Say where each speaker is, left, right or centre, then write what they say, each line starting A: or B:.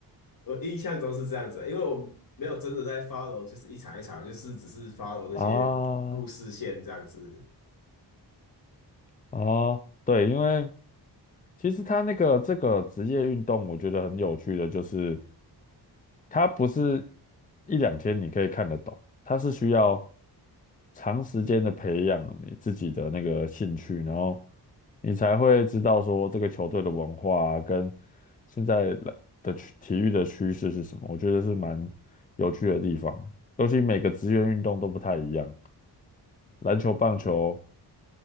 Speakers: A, on the left; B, on the left.
A: 我印象中是这样子，因为我没有真的在 follow，就是一场一场，就是只是 follow 那些故事线这样子。
B: 啊啊，对，因为。其实他那个这个职业运动，我觉得很有趣的，就是它不是一两天你可以看得懂，它是需要长时间的培养你自己的那个兴趣，然后你才会知道说这个球队的文化啊跟现在的的趋体育的趋势是什么。我觉得是蛮有趣的地方，尤其每个职业运动都不太一样，篮球、棒球。